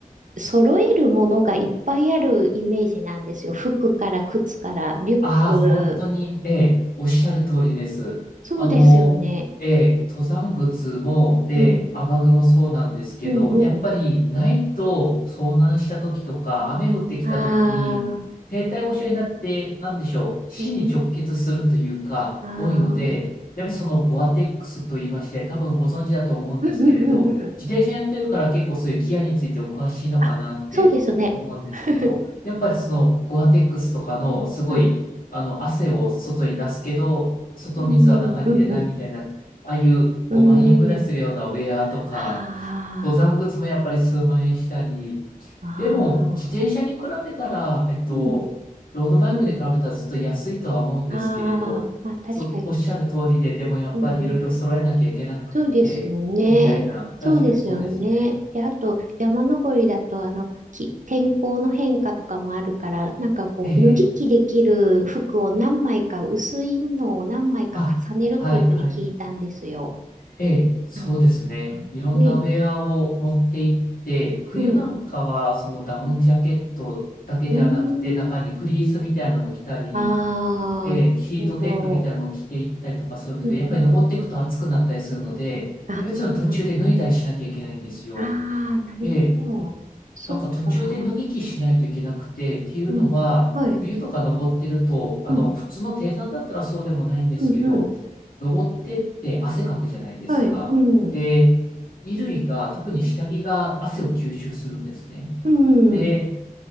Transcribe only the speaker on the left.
ああ、本当に、ええ、おっしゃる通りです。
あの、ええ、登山靴も、ええ、
雨具もそうなんですけど、
やっぱりないと遭難した時とか、雨降ってきた時に、
低体温症になって、なんでしょう、死に直結するというか、
多いので、
やっぱりそのゴアテックスと言いまして、多分ご存知だと思うんですけれど、
自転車やってるから結構そういうギアについてお詳しいのかなって思うんですけど、
やっぱりそのゴアテックスとかのすごいあの、
汗を外に出すけど、外水は中に入れないみたいな、
ああいう5万円ぐらいするようなウェアとか、
登山靴もやっぱり数万円したり、
でも、自転車に比べたら、えっと、
ロードバイクに比べたらずっと安いとは思うんですけれど、
そう、おっしゃる通りで、でもやっぱりいろいろ揃えなきゃいけなくて、
みたいな、
確かにそうですね。
ええ
あ、はいはい。ええ、そうですね。
いろんなウェアを持って行って、
冬なんかはそのダウンジャケットだけではなくて、
中にフリースみたいなのも着たり、
ええ、
ヒートテックみたいなのも着ていったりとかするんですけど、
やっぱり登っていくと暑くなったりするので、
やっぱりその途中で脱いだりしなきゃいけないんですよ。
ええ、
なんか途中で脱ぎ着しないといけなくて、っていうのは、
冬とか登ってると、あの、
普通の低山だったらそうでもないんですけど、
登ってって汗かくじゃないですか。
で、衣類が、特に下着が汗を吸収するんですね。
で、